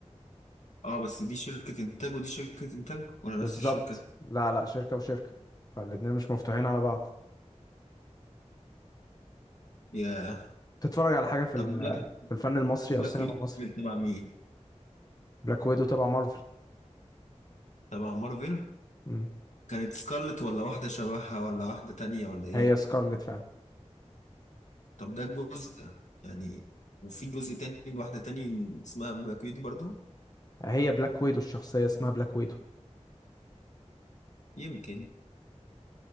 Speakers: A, on the left; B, on the left.
A: اه بس دي شركه انتاج ودي شركه انتاج ولا
B: بالظبط
A: نفس الشركه
B: لا لا شركة وشركة فالاتنين مش مفتوحين على بعض
A: يا
B: تتفرج على حاجة في
A: طب
B: ال-
A: بلاك
B: في الفن المصري
A: بلاك
B: أو السينما
A: ويدو
B: المصري
A: تبع مين
B: بلاك ويدو تبع مارفل
A: تبع مارفل
B: مم.
A: كانت سكارلت ولا واحدة شبهها ولا واحدة تانية ولا إيه؟
B: هي سكارلت فعلا
A: طب ده الجزء يعني وفي جزء تاني لواحدة تانية اسمها باكيت برضو
B: هي بلاك ويدو الشخصية اسمها بلاك ويدو
A: يمكن